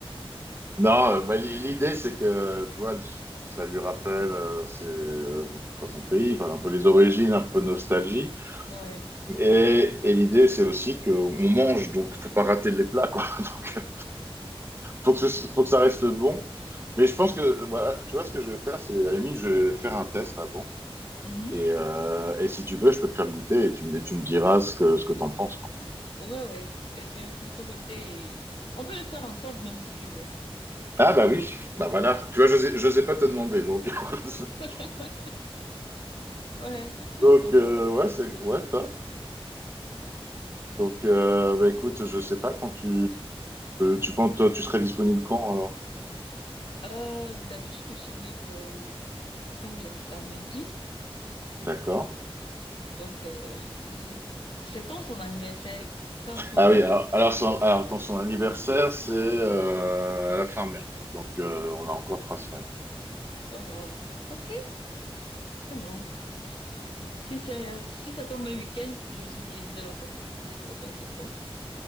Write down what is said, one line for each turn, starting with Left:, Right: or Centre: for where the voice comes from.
Right: Non, euh, bah, l- l'idée, c'est que, tu vois, ça lui rappelle euh, ses- euh, enfin, son pays, enfin, un peu les origines,
Left: Donc,
Right: un peu de nostalgie.
Left: ouais.
Right: Et, et l'idée, c'est aussi qu'on mange, donc il ne faut pas rater les plats, quoi. <laughs> Donc, faut que, ce- faut que ça reste bon. Mais
Left: Oui.
Right: je pense que, voilà, tu vois, ce que je vais faire, c'est, à la limite, je vais faire un test avant.
Left: Mhm.
Right: Et, euh, et si tu veux, je peux te faire goûter et tu, me- tu me diras ce que, ce que t'en penses, quoi.
Left: Ouais, ouais, c'est sûr. Il faut goûter et... On peut le faire ensemble même si tu veux.
Right: Ah, bah oui, bah voilà. Tu vois, je sais, je sais pas te demander, donc. <laughs>
Left: <laughs> Ouais,
Right: Donc,
Left: comme
Right: euh, ouais,
Left: ça,
Right: c'est,
Left: c'est facile.
Right: ouais, top. Donc, euh, bah écoute, je sais pas quand tu, tu penses, toi, tu serais disponible quand, alors?
Left: Euh, d'habitude, je suis libre euh, tous les samedis.
Right: D'accord.
Left: Donc, euh, mm, c'est quand son anniversaire? Quand est-ce que
Right: Ah
Left: vous proposez?
Right: oui, alors, alors, son, alors, attends, son anniversaire, c'est euh, à la fin mai. Donc, euh, on a encore trois semaines, en fait.
Left: Oh là, ok, c'est bon. Si c'est, si ça tombe un week-end, je suis libre, j'ai le temps. J'ai tout le temps qu'il faut.